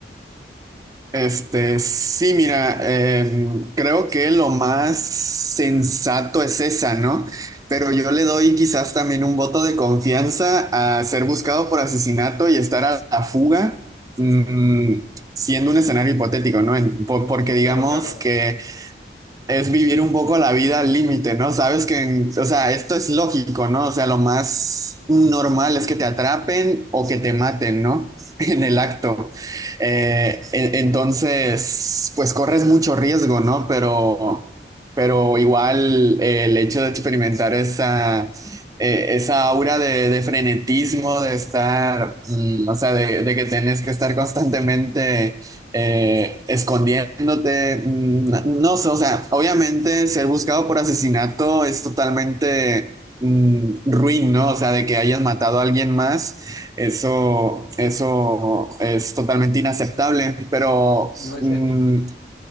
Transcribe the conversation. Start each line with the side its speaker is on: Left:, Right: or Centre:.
Right: Este, sí, mira, eh, creo que lo más sensato es esa, ¿no? Pero yo le doy quizás también un voto de confianza a ser buscado por asesinato y estar a la fuga, mm, siendo un escenario hipotético, ¿no? En- por- porque digamos
Left: Claro, claro,
Right: que es vivir un poco la vida al límite, ¿no? Sabes que, en- o sea, esto es lógico, ¿no? O sea, lo más normal es que te atrapen o que te maten, ¿no? <laughs> En el acto. Eh, en- entonces, pues corres mucho riesgo, ¿no? Pero, pero igual eh, el hecho de experimentar esa, eh, esa aura de, de frenetismo, de estar, mm, o sea, de, de que tenés que estar constantemente eh, escondiéndote, no, no sé, o sea, obviamente ser buscado por asesinato es totalmente mm, ruin, ¿no? O sea, de que hayas matado a alguien más, eso, eso es totalmente inaceptable, pero
Left: no es
Right: mm,
Left: ético.